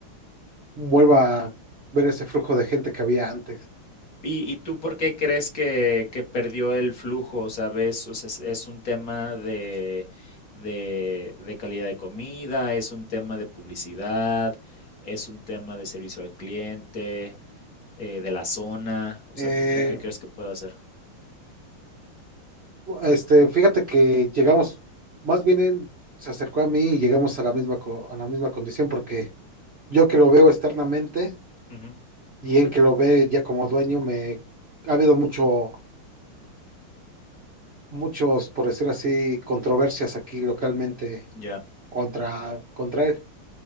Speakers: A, on the right; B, on the left.
A: vuelva a ver ese flujo de gente que había antes.
B: ¿Y, y tú por qué crees que, que perdió el flujo? O sea, ves, o sea, es, es un tema de, de, de calidad de comida, es un tema de publicidad, es un tema de servicio al cliente, eh, de la zona. O
A: Eh,
B: sea, ¿tú qué crees que puede hacer?
A: Este, fíjate que llegamos, más bien él se acercó a mí y llegamos a la misma, co- a la misma condición porque yo que lo veo externamente
B: Ujú,
A: y él que lo ve ya como dueño, me ha habido mucho, muchos, por decir así, controversias aquí localmente
B: Ya.
A: contra, contra él.